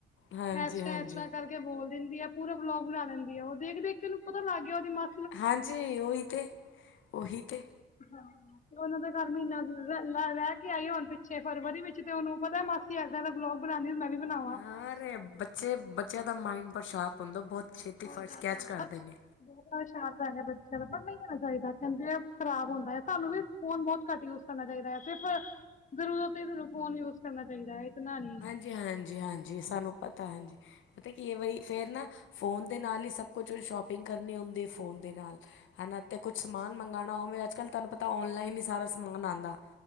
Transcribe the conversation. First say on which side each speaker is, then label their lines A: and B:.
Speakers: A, on the left; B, on the left.
A: ਹਾਂਜੀ
B: ਐਸ
A: ਹਾਂਜੀ
B: ਤਰਾਂ, ਐਸ ਤਰਾਂ ਕਰ ਕੇ ਬੋਲ ਦਿੰਦੀ ਆ, ਪੂਰਾ ਵਲੋਗ ਬਣਾ ਲੈਂਦੀ ਆ। ਉਹ ਦੇਖ-ਦੇਖ ਕੇ ਉਹਨੂੰ ਪਤਾ ਲੱਗ ਗਿਆ, ਉਹਦੀ ਮਾ
A: ਹਾਂਜੀ, ਉਹੀ ਤੇ, ਉਹੀ ਤੇ।
B: ਹਾ ਤੇ ਉਹਨਾਂ ਦੇ ਘਰ ਮਹੀਨਾ ਰਹਿ ਲੇ ਰਹਿ ਕੇ ਆਈ ਹੁਣ ਪਿੱਛੇ ਫਰਵਰੀ ਵਿੱਚ ਤੇ ਉਹਨੂੰ ਪਤਾ ਮਾਸੀ ਐਦਾਂ-ਐਦਾਂ ਬਲੋਗ ਬਣਾਂਦੀ ਮੈਂ ਵੀ ਬਣਾ
A: ਹਾਂਰੇ ਬੱਚੇ, ਬੱਚਿਆਂ ਦਾ ਮਾਇੰਡ ਬਹੁਤ ਸ਼ਾਰਪ ਹੁੰਦਾ, ਬਹੁਤ ਛੇਤੀ ਫਰਜ਼
B: ਜ਼ਿਆਦਾ
A: ਕੈਚ
B: ਬਹੁਤ
A: ਕਰਦੇ ਨੇ।
B: ਬਹੁਤ ਸ਼ਾਰਪ ਹੈਗੇ ਬੱਚਿਆਂ ਦਾ। ਪਰ ਨਹੀਂ ਦੇਣਾਂ ਚਾਹੀਦਾ, ਕਹਿੰਦੇ ਆ ਖ਼ਰਾਬ ਹੁੰਦਾ। ਸਾਨੂੰ ਵੀ ਫ਼ੋਨ ਬਹੁਤ ਘੱਟ ਯੂਸ ਕਰਨਾ ਚਾਹੀਦਾ ਐ। ਸਿਰਫ਼ ਜ਼ਰੂਰਤ ਈ ਤੁਨੂੰ ਫ਼ੋਨ ਯੂਜ਼ ਕਰਨਾ ਚਾਹੀਦਾ ਐ, ਇਤਨਾ ਨ੍ਹੀਂ।
A: ਹਾਂਜੀ, ਹਾਂਜੀ, ਹਾਂਜੀ ਸਾਨੂੰ ਪਤਾ ਹਾਂਜੀ। ਪਤਾ ਕੀ ਏ ਬਈ ਫੇਰ ਨਾ ਫੋਨ ਦੇ ਨਾਲ ਹੀ ਸਭ ਕੁਛ ਸ਼ੋਪਿੰਗ ਕਰਨੀ ਹੁੰਦੀ ਹੈ ਫੋਨ ਦੇ ਨਾਲ। ਹਨਾਂ, ਤੇ ਕੁਛ ਸਮਾਨ ਮੰਗਵਾਣਾ ਹੋਵੇ ਅਜ -ਕਲ੍ਹ ਤੁਹਾਨੂੰ ਪਤਾ ਔਨਲਾਈਨ ਹੀ ਸਾਰਾ ਸਮਾਨ ਆਂਦਾ।